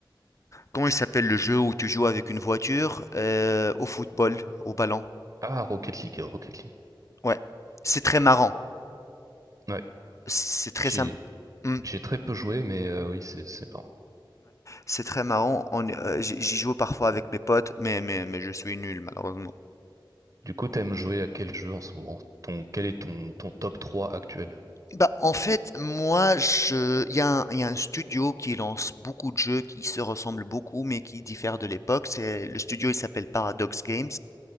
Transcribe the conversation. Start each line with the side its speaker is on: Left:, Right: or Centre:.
Left: Comment il s'appelle le jeu où tu joues avec une voiture euh, au football, au ballon?
Right: Ah, Rocket League, Rocket League.
Left: Ouais, c'est très marrant.
Right: Ouais,
Left: C'est très
Right: j'ai
Left: sympa. Ouais,
Right: j'ai très peu joué, mais euh, oui, c'est c'est marrant.
Left: c'est très marrant. On est- euh, j'y j'y joue parfois avec mes potes, mais, mais, mais je suis nul malheureusement.
Right: Du coup, t'aimes jouer à quel jeu en ce moment? Ton, quel est ton, ton top 3 actuel?
Left: Bah, en fait, moi, je, il y a un, il y a un studio qui lance beaucoup de jeux qui se ressemblent beaucoup, mais qui diffèrent de l'époque. C'est, le studio, il s'appelle Paradox Games.